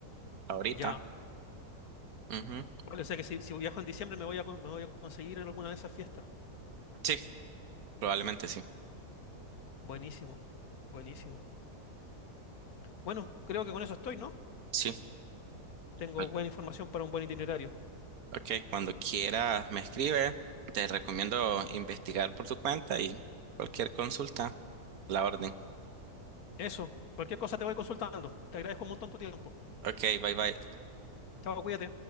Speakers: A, on the right (about 70°); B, on the left (about 70°).
A: Ahorita.
B: Ya.
A: Ujú.
B: Vale, o sea que si, si viajo en diciembre me voy a, con- me voy a conseguir en alguna de esas fiestas.
A: Sí, probablemente sí.
B: Buenísimo, buenísimo. Bueno, creo que con eso estoy, ¿no?
A: Sí.
B: Tengo
A: Al-
B: buena información para un buen itinerario.
A: Ok, cuando quiera me escribe. Te recomiendo investigar por tu cuenta y cualquier consulta, la orden.
B: Eso, cualquier cosa te voy consultando. Te agradezco un montón tu tiempo.
A: Ok, bye bye.
B: Chao, cuídate.